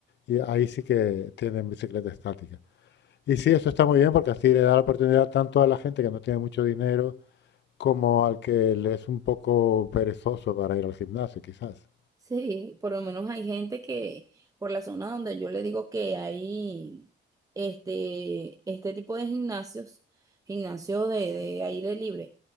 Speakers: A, on the left; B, on the right.
A: y ahí sí que tienen bicicleta estática. Y sí, eso está muy bien porque así le da la oportunidad tanto a la gente que no tiene mucho dinero como al que le es un poco perezoso para ir al gimnasio, quizás.
B: Sí, por lo menos hay gente que por la zona donde yo le digo que hay este, este tipo de gimnasios, gimnasio de, de aire libre,